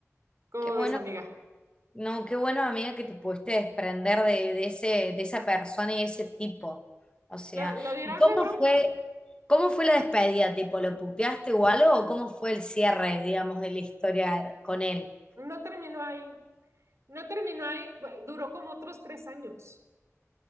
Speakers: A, on the right; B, on the left.
A: ¿Cómo
B: Qué bueno
A: ves, amiga?
B: No, qué bueno, amiga, que te pudiste desprender de, de ese, de esa persona y ese tipo. O sea,
A: Lo, lo dirás
B: ¿y cómo
A: de broma,
B: fue, cómo fue la despedida? ¿Tipo, lo puteaste o algo? ¿O cómo fue el cierre, digamos, de la historia con él?
A: no terminó ahí. No terminó ahí, duró como otros tres años.